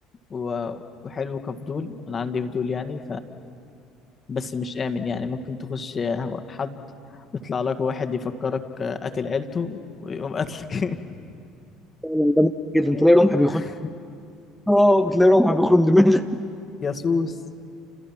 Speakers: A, on the left; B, in the centre.
A: و... وحلو كفضول أنا عندي فضول يعني بس مش آمن يعني ممكن تخش حد ويطلع لك واحد يفكرك قاتل عيلته ويقوم قاتلك
B: فعلاً ده ممكن جدا
A: <laughs>
B: تلاقي رمح بيخش اه بتلاقي رمح بيخرم دماغك <laughs>
A: جاسوس